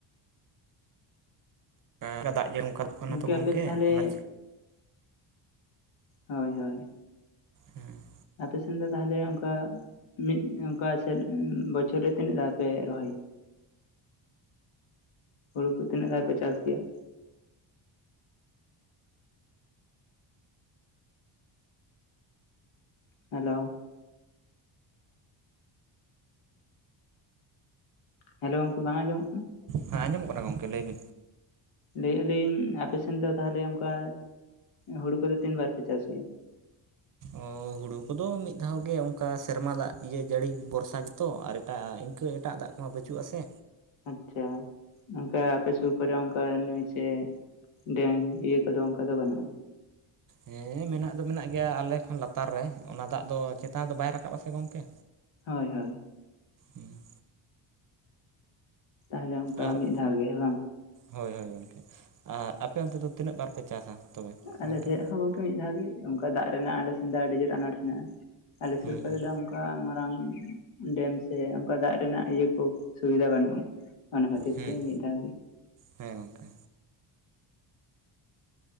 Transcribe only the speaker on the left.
ᱜᱚᱝᱠᱮ
ᱟᱯᱮ ᱫᱚ ᱛᱟᱦᱞᱮ
ᱦᱳᱭ ᱦᱳᱭ᱾
ᱟᱯᱮ ᱥᱮᱱ ᱫᱚ ᱛᱟᱦᱞᱮ ᱚᱝᱠᱟ ᱢᱤᱫ ᱚᱝᱠᱟ ᱥᱮ ᱵᱚᱪᱷᱚᱨ ᱨᱮ ᱛᱤᱱᱟᱹᱜ ᱫᱷᱟᱣ ᱯᱮ ᱨᱚᱦᱚᱭᱟ? ᱦᱩᱲᱩ ᱠᱚ ᱛᱤᱱᱟᱹᱜ ᱫᱷᱟᱣ ᱯᱮ ᱪᱟᱥ ᱜᱮᱭᱟ? ᱦᱮᱞᱳ ᱦᱮᱞᱳ ᱜᱚᱝᱠᱮ ᱵᱟᱝ ᱟᱸᱡᱚᱢᱚᱜ ᱠᱟᱱᱟ?
ᱞᱟᱹᱭᱮᱜ ᱟᱞᱤᱧ ᱟᱯᱮᱥᱮᱱ ᱫᱚ ᱛᱟᱦᱞᱮ ᱚᱝᱠᱟ ᱦᱩᱲᱩ ᱠᱚᱫᱚ ᱛᱤᱱ ᱵᱟᱨ ᱯᱮ ᱪᱟᱥ ᱜᱮᱭᱟ?
ᱟᱪᱪᱷᱟ ᱚᱝᱠᱟ ᱟᱯᱮ ᱥᱩᱨ ᱠᱚᱨᱮ ᱚᱝᱠᱟ ᱱᱟᱹᱭ ᱥᱮ ᱰᱮᱢ ᱤᱭᱟᱹ ᱠᱚᱫᱚ ᱚᱝᱠᱟ ᱫᱚ ᱵᱟᱹᱱᱩᱜᱼᱟ?
ᱦᱳᱭ ᱦᱳᱭ
ᱛᱟᱦᱚᱞᱮ ᱚᱱᱠᱟ
ᱢᱤᱫ ᱫᱷᱟᱣ ᱜᱮ ᱦᱮᱸ ᱵᱟᱝ
ᱟᱞᱮᱥᱮᱜ
ᱦᱚᱸ ᱜᱚᱝᱠᱮ ᱢᱤᱫ ᱫᱷᱟᱣ ᱜᱮ ᱚᱝᱠᱟ ᱫᱟᱜ ᱨᱮᱱᱟᱜ ᱟᱞᱮ ᱥᱮᱱ ᱫᱚ ᱟᱹᱰᱤ ᱡᱳᱨ ᱟᱱᱟᱴ ᱦᱮᱸᱱᱟᱜᱼᱟ᱾ ᱟᱞᱮ ᱥᱩᱨ
ᱠᱚᱨᱮ
ᱫᱚ ᱚᱝᱠᱟ ᱢᱟᱨᱟᱝ ᱰᱮᱢ ᱥᱮ ᱚᱝᱠᱟ ᱫᱟᱜ ᱨᱮᱱᱟᱜ ᱤᱭᱟᱹ ᱠᱷᱩᱵ ᱥᱩᱵᱤᱫᱟ ᱵᱟᱹᱱᱩᱜᱼᱟ ᱚᱱᱟ ᱠᱷᱟᱹᱛᱤᱨ
ᱛᱮ ᱢᱤᱫ ᱫᱷᱟᱣ ᱜᱮ